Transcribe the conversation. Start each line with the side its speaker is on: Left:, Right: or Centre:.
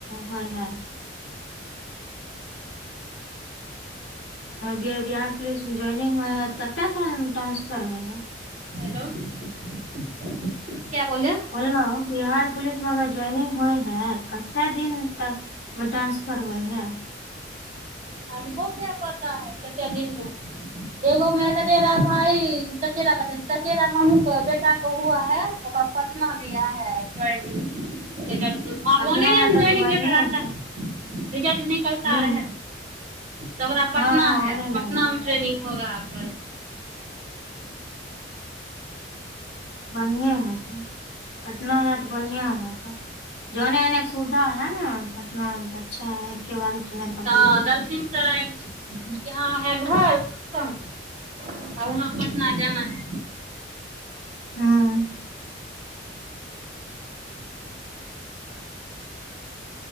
Left: होए है। बिहार पुलिसमे जोइनिंग होइ हइ तऽ कतेक सालमे ट्रानंसफर होइ हइ।
Right: हेलो क्या बोले?
Left: बोललहुँ बिहार पुलिस मे अगर जोइनिंग होइ है कते दिन तक मे ट्रांसफर होए है?
Right: हमको क्या पता है कते दिनमे एगो मेरा चचेरा भइ चचेरा कह चचेरा मम्मी बेटा को हुआ है ओकर न दिया है जोइनिंग आबऑने
Left: पटना
Right: जोईनिंगेलेटर
Left: है तब तऽ बढ़िए
Right: आता
Left: हूँ
Right: है रिजल्ट निकलता
Left: हँ
Right: रहै। तोहरा है पटना
Left: हँ
Right: है,
Left: ओने लाइन
Right: पटना
Left: आबऽ
Right: में ट्रेनिंग होगा आपका।
Left: बढ़िएँ है तब, पटना है त बढ़िआँ है। जाने आनेका सुविधा है न पटना मे त अच्छा है, एके बार ट्रेन पकड़
Right: हँ दलसिंह सराय
Left: <unintelligible>
Right: <unintelligible> पटना जाना है।
Left: हुँ।